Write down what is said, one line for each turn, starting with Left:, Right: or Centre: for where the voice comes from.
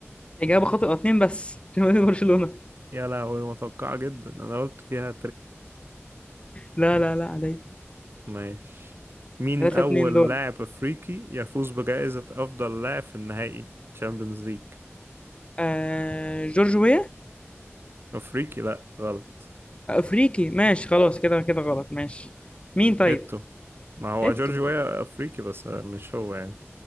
Left: إجابة خاطئة اتنين بس <laughs> عشان نادي برشلونة <laughs>
Right: يا لهوي متوقعة جدا انا قلت فيها
Left: لا لا لا علي
Right: ماشي مين
Left: ثلاثة
Right: أول
Left: اتنين دور
Right: لاعب أفريقي يفوز بجائزة أفضل لاعب في النهائي تشامبيونز ليج
Left: آه جورج ويا
Right: أفريقي لأ غلط
Left: أفريقي ماشي خلاص كده كده غلط ماشي مين طيب
Right: إتو ما هو
Left: إيتو
Right: جورج ويا أفريقي بس مش هو يعني